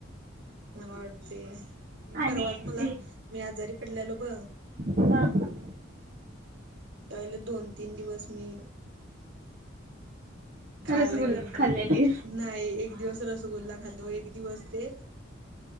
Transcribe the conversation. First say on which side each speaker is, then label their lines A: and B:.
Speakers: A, on the right; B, on the right.
A: मला आवडतय, परवाच
B: आणि
A: मला
B: ते
A: मी आजारी पडलेलो ब
B: हा
A: त्यावेळेला दोन तीन दिवस मी खायला
B: रसगुल्लाच
A: गेलतो,
B: खाल्लेले
A: नाही एक दिवस रसगुल्ला, खाल्तो एक दिवस ते